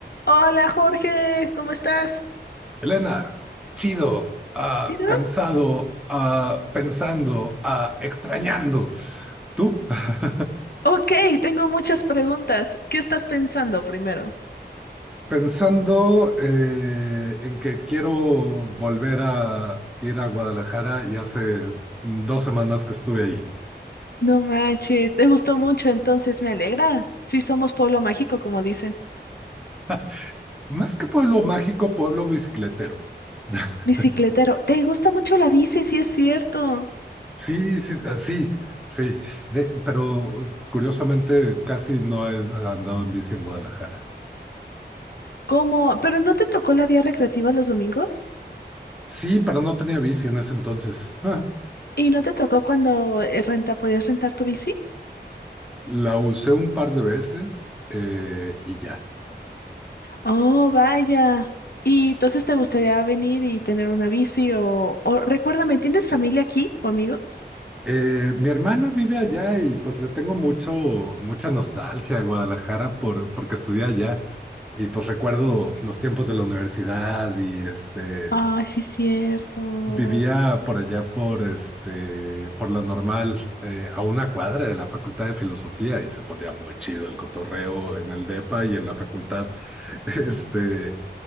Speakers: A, on the left; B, in the centre.
A: Hola Jorge, ¿cómo estás?
B: Elena, chido, ah,
A: ¿Sí, no?
B: cansado, ah, pensando, ah, extrañando. ¿Tú? <laughs>
A: Ok, tengo muchas preguntas. ¿Qué estás pensando primero?
B: Pensando eh, en que quiero volver a ir a Guadalajara y hace dos semanas que estuve ahí.
A: No manches, te gustó mucho, entonces me alegra. Sí, somos pueblo mágico, como dicen.
B: <laughs> Más que pueblo mágico, pueblo bicicletero. <laughs>
A: Bicicletero, ¿te gusta mucho la bici? Sí, es cierto.
B: Sí, sí, ah, sí, sí. De- pero curiosamente casi no he andado en bici en Guadalajara.
A: ¿Cómo? ¿Pero no te tocó la vía recreativa los domingos?
B: Sí, pero no tenía bici en ese entonces. <laughs>
A: ¿Y no te tocó cuando eh, renta, podías rentar tu bici?
B: La usé un par de veces eh, y ya.
A: Oh, vaya. ¿Y entonces te gustaría venir y tener una bici o, o recuérdame, ¿tienes familia aquí o amigos?
B: Eh, mi hermana vive allá y pues le tengo mucho, mucha nostalgia a Guadalajara por, porque estudié allá y pues recuerdo los tiempos de la universidad y este,
A: Ay, sí, cierto.
B: vivía por allá por, este, por la normal eh, a una cuadra de la Facultad de Filosofía y se ponía muy chido el cotorreo en el DEPA y en la facultad. <laughs> Este,